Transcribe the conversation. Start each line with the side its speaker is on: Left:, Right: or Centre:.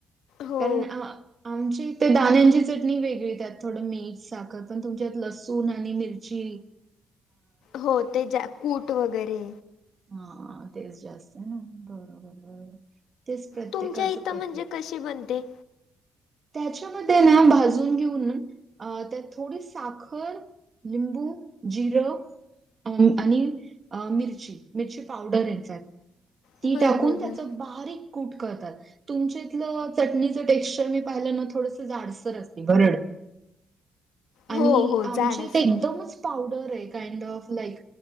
Left: हो,
Right: कारण अ आ आमचे ते दाण्यांची चटणी वेगळी त्यात थोडं मीठ साख पणं तुमच्यांत लसूण आणि मिर्ची
Left: हो ते ज्यां कूंट वगैरे
Right: हा तेच जास्त आहे ना बरोबर बरोबर तेच प्रत्येकाचं
Left: तुमच्या इथं
Right: पद्धत.
Left: म्हणजे कशी बनते.
Right: त्याच्यामध्ये ना भाजून घेऊन अ त्यात थोडी साखर, लिंबू, जिरं अ आणि अ मिरची मिरची पावडर याच्यात ती
Left: बरं,
Right: टाकून
Left: बरं,
Right: त्याच
Left: बरं.
Right: बारीक कूट करतात तुमच्या इथलं चटणीच टेक्चर मी पाहिलं ना थोडस जाडसर असते भरड आणि
Left: हो, हो.
Right: आमच्या
Left: जाड असते.
Right: इथं एकदमच पावडरये कांड ऑफ लाईक